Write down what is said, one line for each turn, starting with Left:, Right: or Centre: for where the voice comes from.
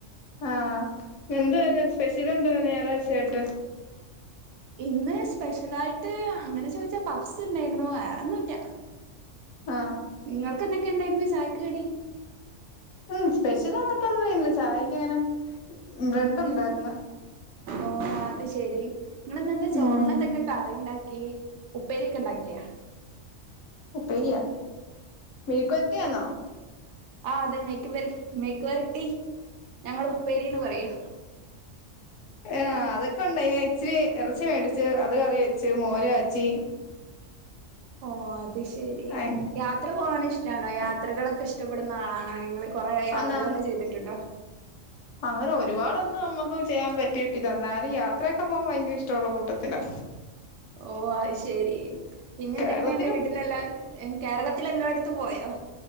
Left: ആഹ് എന്ത് സ്പെഷ്യൽ എന്ത് വാ ഞായറാഴ്ചയായിട്ട്
Right: ഇന്ന് സ്പെഷ്യല് ആയിട്ട് അങ്ങനെ ചോദിച്ചാ പബ്സ് ഉണ്ടായിരുന്നു വേറൊന്നുംല്ല
Left: ആഹ്
Right: നിങ്ങക്ക് എന്തൊക്കെ ഉണ്ടായിരുന്നു ചായക്ക് കടി
Left: ഉം സ്പെഷ്യൽ അങ്ങോട്ടൊന്നും ഇല്ല ചായക്ക് അങ്ങനെ ബ്രെഡ്
Right: ഉം
Left: ഉണ്ടായിന്ന്
Right: ഓ അത് ശെരി നിങ്ങള് ഇന്ന് എന്താ ചോറിന്
Left: ഉം
Right: എന്തൊക്കെ കറി ഉണ്ടാക്കി പേരി ഒക്കെണ്ടാക്കിയാ
Left: പേരിയാ മെഴക്കുവരട്ടിയാന്നോ
Right: ആ അതെ മേക്ക് മേക്ക് വരട്ടി ഞങ്ങ ഉപ്പേരിന്ന് പറയൂ
Left: ആഹ് അതൊക്കെ ഉണ്ടായിന് ഇച്ചിരി ഇറച്ചി മേടിച്ച് അത് കറി വെച്ച് മോര് കാച്ചി
Right: ഓ അത് ശെരി
Left: അയ്
Right: യാത്ര പോകാൻ ഇഷ്ടാണോ യാത്രകളൊക്കെ ഇഷ് ടപ്പെടുന്ന ആളാണോ നിങ്ങൾ കൊറെ യാത്രകളൊക്കെ
Left: അന്നാ
Right: ചെയ്തിട്ടുണ്ടോ
Left: അങ്ങനെ ഒരുപാടൊന്നും നമ്മുക്ക് ചെയ്യാൻ പറ്റിയിട്ടില്ല എന്നാലും യാത്രയൊക്കെ പോകാൻ ഭയങ്കര ഇഷ്ടമുള്ള കൂട്ടത്തിലാ
Right: ഓ അത്ശരി പിന്നെ
Left: കേരളത്തിനും
Right: എന്തൊക്കെയുണ്ട് വീട്ടിലെല്ലാ കേരളത്തിൽ എല്ലായിടത്തും പോയോ